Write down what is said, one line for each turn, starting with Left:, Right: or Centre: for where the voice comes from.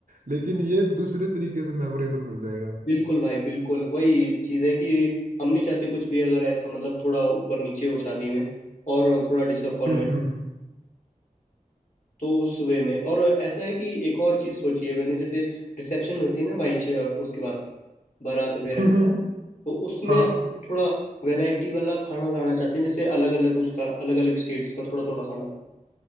Right: लेकिन ये दूसरे तरीके से मेमोरेबल बन जाएगा
Left: बिल्कुल भाई बिल्कुल वही चीज़ है कि हम नहीं चाहते कुछ भी अगर ऐसा मतलब थोड़ा ऊपर नीचे हो शादी में और थोड़ा डिसअपॉइंटमेंट
Right: हम्म हम्म,
Left: तो उस वे में और ऐसा है कि एक और चीज़ सोची है मैंने जैसे रिसेप्शन होती है ना भाई श- उसके बाद बारात वगैरह
Right: हम्म,
Left: के बाद तो उसमें
Right: हाँ
Left: हम थोड़ा वैरायटी वाला खाना लाना चाहते हैं जैसे अलग अलग उसका अलग अलग स्टेट्स का थोड़ा थोड़ा खाना